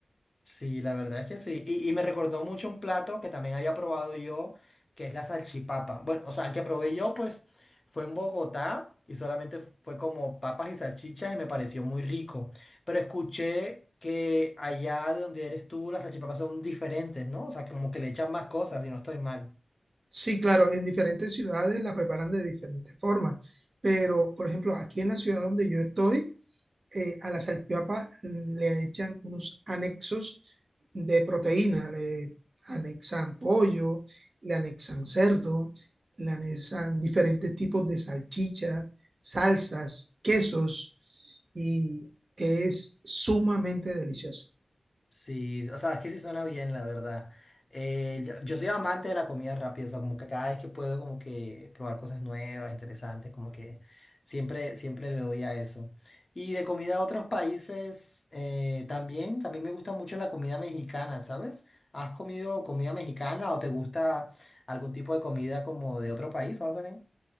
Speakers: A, on the left; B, on the right.
A: Sí, la verdad es que sí. Y, y me recordó mucho un plato que también había probado yo, que es la salchipapa. Bueno, o sea, el que probé yo, pues, fue en Bogotá y solamente fue como papas y salchichas y me pareció muy rico. Pero escuché que allá de donde eres tú, las salchipapas son diferentes, ¿no? O sea, como que le echan más cosas y no estoy mal.
B: Sí, claro, en diferentes ciudades la preparan de diferentes formas, pero por ejemplo, aquí en la ciudad donde yo estoy, eh, a la salchipapa le echan unos anexos de proteína, le anexan pollo, le anexan cerdo, le anexan diferentes tipos de salchicha, salsas, quesos y es sumamente delicioso.
A: Sí, o sea, es que sí suena bien, la verdad. Eh, yo yo soy amante de la comida rápida, o sea, como que cada vez que puedo como que probar cosas nuevas, interesantes, como que siempre, siempre le doy a eso. Y de comida a otros países, eh, también, también me gusta mucho la comida mexicana, ¿sabes? ¿Has comido comida mexicana o te gusta algún tipo de comida como de otro país o algo así?